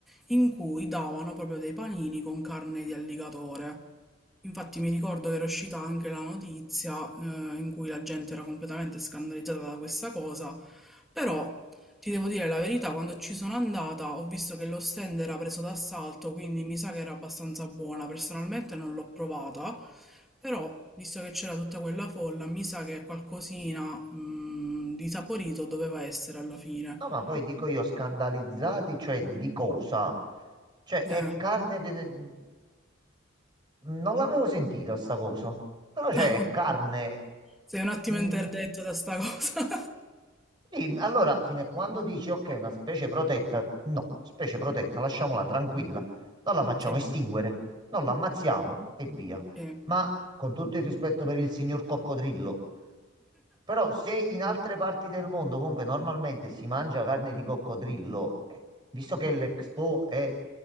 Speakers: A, in the centre; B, on the right.
A: in cui davano proprio dei panini con carne di alligatore. Infatti mi ricordo che era uscita anche la notizia eh, in cui la gente era completamente scandalizzata da questa cosa. Però ti devo dire la verità, quando ci sono andata ho visto che lo stand era preso d'assalto, quindi mi sa che era abbastanza buona. Personalmente non l'ho provata, però visto che c'era tutta quella folla, mi sa che qualcosina mm, di saporito doveva essere alla fine.
B: No, ma poi dico io scandalizzati, cioè di cosa? Cioè è
A: Eh.
B: carne... de- Non l'avevo sentita sta cosa. Però c'è
A: <laughs>
B: carne...
A: Sei un attimo
B: mm,
A: interdetto da sta cosa.
B: Sì, allora, fino a quando dici ok, una specie protetta, no, specie protetta, lasciamola tranquilla,
A: <laughs>
B: non la facciamo
A: Sì,
B: estinguere, non la ammazziamo e via.
A: sì,
B: Ma con tutto il rispetto per il signor coccodrillo, però se in altre parti del mondo comunque normalmente si mangia carne di coccodrillo, eh, visto che l'Expo è